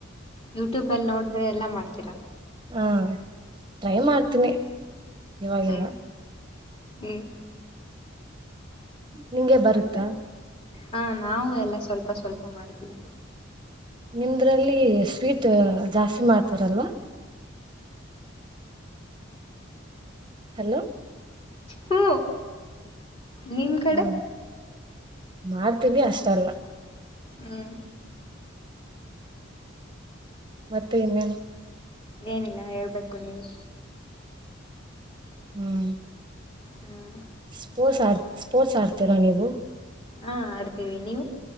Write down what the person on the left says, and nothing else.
ಯೂಟ್ಯೂಬ್ಲ್ಲಿ ನೋಡಿದ್ರೆ ಎಲ್ಲ ಮಾಡ ತಿರ
ಹ್ಮ್
ಹ್ಮ್
ಮತ್ತೆ ಹಾ ನಾವು ಎಲ್ಲ ಸ್ವಲ್ಪ ಸ್ವಲ್ಪ ಮಾಡ್ತೀವಿ
ಹು ನಿಮ್ ಕಡೆ.
ಹ್ಮ್
ಏನಿಲ್ಲ ಹೇಳ್ಬೇಕು ನೀವೇ.
ಹ್ಮ್
ಹಾ ಆಡ್ತೀವಿ ನೀವು.